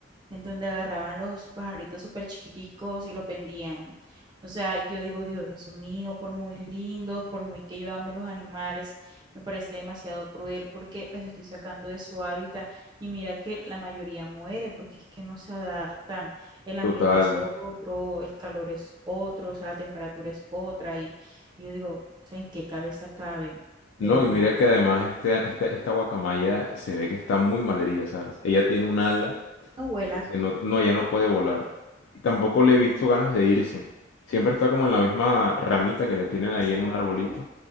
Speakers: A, on the right; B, on the left.
A: en donde agarraban los pajaritos súper chiquiticos y los vendían. O sea, yo digo, Dios mío, por muy lindos, por muy que yo ame los animales, me parece demasiado cruel porque los estoy sacando de su hábitat y mira que la mayoría muere porque es que no se adaptan. El ambiente
B: Total.
A: es otro, el calor es otro, o sea, la temperatura es otra y yo digo, o sea, ¿en qué cabeza cabe? De
B: No,
A: verdad.
B: y mira que además este- esta, esta guacamaya se ve que está muy mal herida, ¿sabes? Ella tiene un ala
A: No vuela.
B: que se nota- No, ya no puede volar. Y tampoco
A: Mm,
B: le he visto ganas de irse. Siempre está como en la misma ramita que le
A: ¿Será
B: tienen
A: Porque
B: ahí
A: se
B: en
A: adaptó.
B: un arbolito.